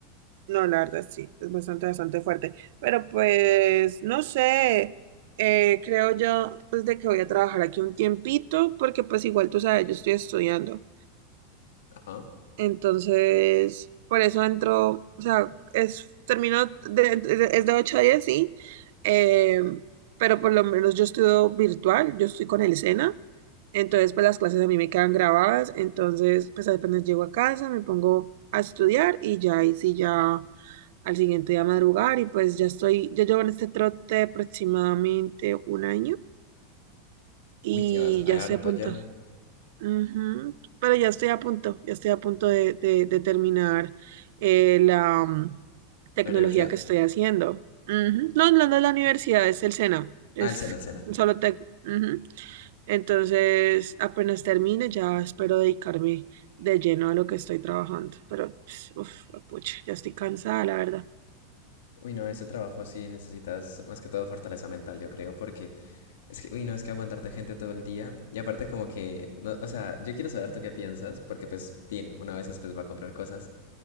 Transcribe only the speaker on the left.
Ajá.
Uy, llevas re
harto
ya.
La universidad.
Ah, el SENA, el SENA.
Uy, no, ese trabajo sí necesitas más que todo fortaleza mental, yo creo, porque es que, uy, no, es que aguantarte gente todo el día. Y aparte como que, no, o sea, yo quiero saber tú qué piensas, porque pues, bien, una vez pues va a comprar cosas.